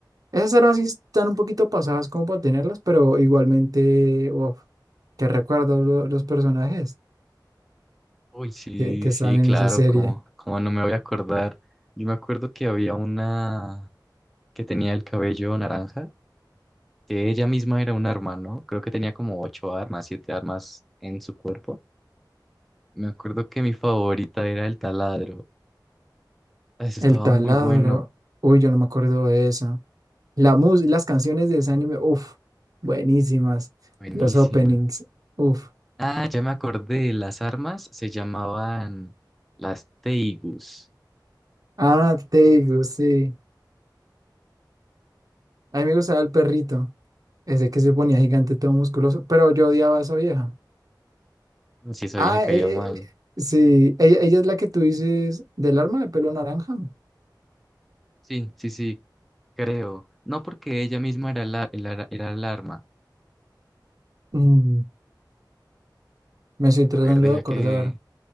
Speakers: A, on the right (about 50°); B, in the centre.
A: Esas armas sí están un poquito pasadas como para tenerlas, pero igualmente, uff, que recuerdo lo- los personajes
B: Uy, sí,
A: que, que
B: sí,
A: están en
B: claro,
A: esa serie.
B: como, como no me voy a acordar. Yo me acuerdo que había una que tenía el cabello naranja, que ella misma era un arma, ¿no? Creo que tenía como ocho armas, siete armas en su cuerpo. Me acuerdo que mi favorita era el taladro. Ah, Eso estaba
A: El taladro.
B: muy bueno,
A: Uy, yo no me acuerdo de esa. La mus- las canciones de ese anime, uff, buenísimas.
B: buenísima.
A: Los openings, uff.
B: Ah, ya me acordé, las armas se llamaban las Teigus.
A: Ah, Teigu, sí. A mí me gustaba el perrito, ese que se ponía gigante, todo musculoso, pero yo odiaba a esa vieja.
B: Si esa
A: Ah,
B: vieja caía
A: eh,
B: mal.
A: eh, sí, ella, ella es la que tú dices del arma de pelo naranja.
B: Sí, sí, sí, creo. No porque ella misma era la, el ara- era el arma.
A: Mm, me estoy tratando
B: A ver, deja
A: de acordar.
B: que...